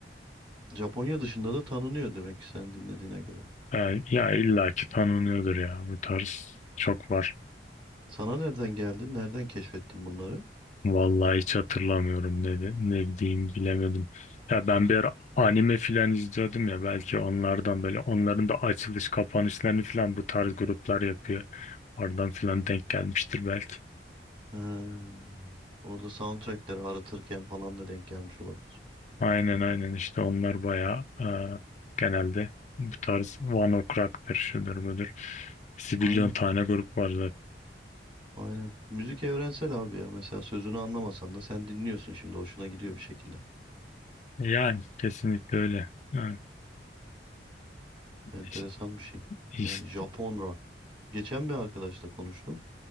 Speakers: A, on the right; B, on the left.
A: Japonya dışında da tanınıyor demek ki sen dinlediğine göre.
B: Yani, ya illaki tanınıyordur ya. Bu tarz çok var.
A: Sana nereden geldin? Nereden keşfettin bunları?
B: Vallahi hiç hatırlamıyorum ne, de- ne diyeyim bilemedim. Ya ben bir ara anime filan izliyordum ya belki onlardan böyle onların da açılış kapanışlarını filan bu tarz gruplar yapıyor. Oradan filan denk gelmiştir belki.
A: Ha, Orada soundtrackleri aratırken falan da denk gelmiş olabilir.
B: Aynen aynen işte onlar bayağı e, genelde bu tarz One Ok Rock'tır şudur budur. Zibilyon
A: Aynen,
B: tane grup var
A: aynen. Müzik evrensel abi ya. Mesela sözünü anlamasan da sen dinliyorsun şimdi. Hoşuna gidiyor bir şekilde.
B: Yani kesinlikle öyle. Yani,
A: Enteresan
B: iş-
A: bir şey.
B: iş-
A: Yani Japon rock. Geçen bir arkadaşla konuştum.